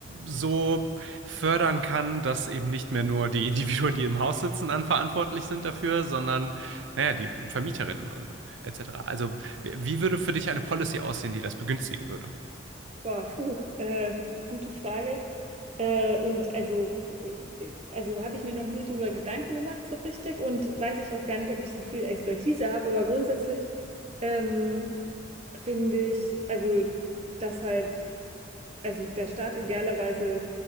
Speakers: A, on the right (about 75°); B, on the right (about 35°).
A: so fördern kann, dass eben nicht mehr nur die <laughs> Individuen, die im Haus sitzen, dann verantwortlich sind dafür, sondern naja, die Vermieterinnen und etc. Also wie wie würde für dich eine Policy aussehen, die das begünstigen würde?
B: Boah, puh, äh, gute Frage. Äh, und also, äh, also habe ich mir noch nie drüber Gedanken gemacht so richtig und weiß ich auch gar nicht, ob ich so viel Expertise habe, aber grundsätzlich ähm, finde ich, also, dass halt. also der Staat idealerweise